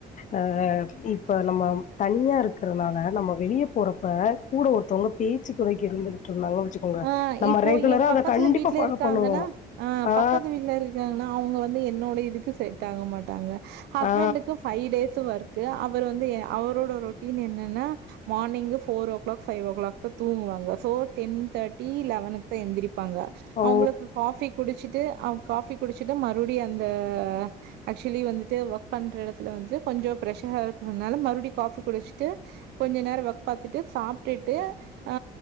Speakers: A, on the left (about 45°); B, on the right (about 75°).
A: அ இப்ப நம்ம தனியா இருக்கறனால நம்ம வெளிய போறப்ப கூட ஒருத்தவங்க பேச்சு தொணைக்கு இருந்துட்டு ந்தாங்கன்னா வச்சுக்கோங்க
B: ஆ
A: நம்ம
B: இப்போ
A: ரெகுலரா
B: என் பக்கத்துல
A: அத கண்டிப்பா
B: வீட்ல
A: ஃபாலோ
B: இருக்காங்கன்னா,
A: பண்ணுவோ
B: ஆ
A: ஆ
B: பக்கத்து வீட்ல இருக்காங்கன்னா அவுங்க வந்து என்னோட இதுக்கு சரி தாங்க மாட்டாங்க ஹஸ்பண்டுக்கு
A: ஆ
B: ஃபைவ் டேஸ் ஒர்க் க்கு அவர் வந்து அவரோட ரொட்டீன் என்னன்னா morning four o'clock five o'clock தா தூங்குவாங்க சோ டென் தேர்டி லெவன்க்குதா எந்திரிப் ப்பாங்க
A: ஓ
B: அவுங்களுக்கு ஃகாபி குடிச்சிட் ட்டு அவங் காஃபி குடிச்சுட்டு மறுபடியு அந்த ஆ ஆக்சுலி வந்துட்டு ஒர்க் பன்ற இடத்துல வந்து கொஞ்சோ பிரஸ்ஷர் இருக்கறனால மறுபடியு காஃபி குடிச்சுட்டு கொஞ்ச நேரோ ஒர்க் பாத்துட்டு சாப்டுட்டு ஆ